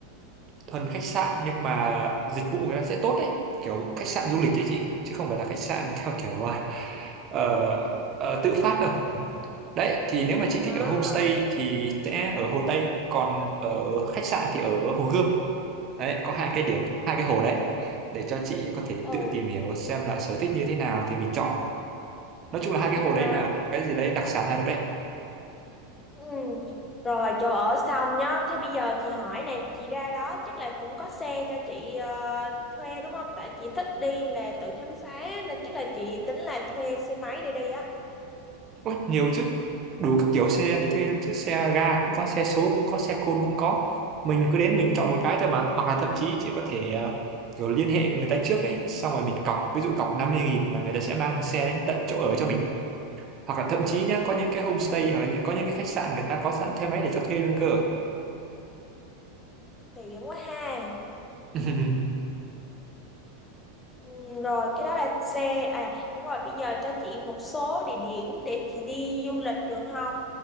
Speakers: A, on the right; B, on the left.
A: thuần khách sạn nhưng mà dịch vụ người ta sẽ tốt đấy, kiểu khách sạn du lịch đấy chị, chứ không phải là khách sạn <laughs> theo kiểu à, ờ, ờ, tự phát đâu. Đấy, thì nếu mà chị thích
B: à
A: ở homestay thì sẽ ở Hồ Tây, còn ở khách sạn thì ở Hồ Gươm. Đấy, có hai cái điểm, hai cái hồ đấy để cho chị có thể
B: ừ
A: tự tìm hiểu xem là sở thích như thế nào thì mình chọn. Nói chung là hai
B: ok
A: cái hồ đấy là cái gì đấy đặc sản Hà Nội đấy.
B: Ừ. Rồi chỗ ở xong nhá. Thế bây giờ chị hỏi này, chị ra đó chắc là cũng có xe cho chị ờ, thuê đúng không? Tại chị thích đi là tự khám phá á, nên chắc là chị tính là thuê xe máy để đi á.
A: Ôi, nhiều chứ đủ các kiểu xe để thuê luôn chứ xe ga cũng có xe số cũng có xe côn cũng có mình cứ đến mình chọn một cái thôi mà hoặc là thậm chí chị có thể ờ, kiểu liên hệ người ta trước ấy xong rồi mình cọc ví dụ cọc năm mươi nghìn là người ta sẽ mang xe đến tận chỗ ở cho mình hoặc là thậm chí nhá có những
B: Ừ,
A: cái homestay hoặc là những có những cái khách sạn người ta có sẵn xe máy để cho thuê luôn cơ
B: tiện quá ha.
A: <laughs>
B: Ừ, rồi cái đó là xe à đúng rồi bây giờ cho chị một số địa điểm để chị đi du lịch được không?